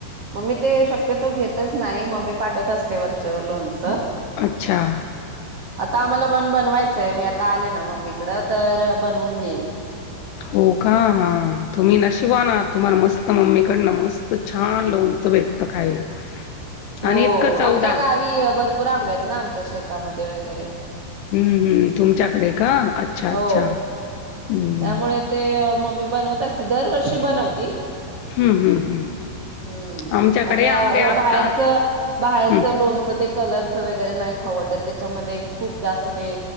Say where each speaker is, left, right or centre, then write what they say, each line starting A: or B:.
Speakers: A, on the right (about 75°); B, on the left (about 80°).
A: म मी ते शक्यतो घेतच नाही मम्मी पाटवत असते वरचेवर लोणच.
B: अच्छा!
A: आता आम्हाला पण बनवायचय मी आता आले ना मम्मी कड तर बनवून घेईन
B: हो का? तुम्ही नशीबवान आहात. तुम्हाला मस्त मम्मीकडन मस्त छान लोणच भेटत खायला.
A: हो
B: आणि इतकं चवदार.
A: आमच्या गावी भरपूर आंबे आहेत. ना आमच्या शेतामध्ये वगैरे
B: हं हं तुमच्याकडे का? अच्छा-अच्छा
A: हो
B: हं.
A: त्यामुळे ते मम्मी बनवत असं दर वर्षी बनवती
B: हं-हं-हं
A: हम्म
B: आमच्याकडे
A: मग त्या
B: आंबे असतात
A: बाहेरच बाहेरचं
B: हं.
A: लोणचं ते कलर चं वगैरे नाय खाऊ वाटत त्याच्या मध्ये खूप जास्त ते